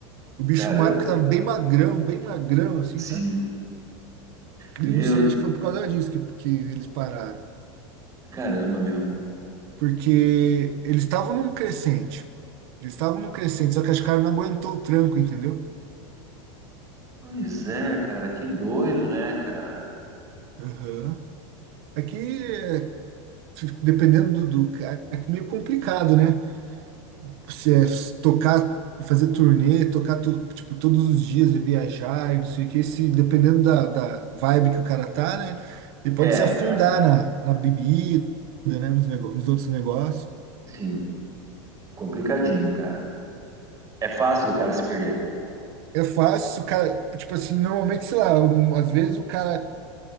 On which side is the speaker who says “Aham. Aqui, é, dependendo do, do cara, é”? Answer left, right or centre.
Right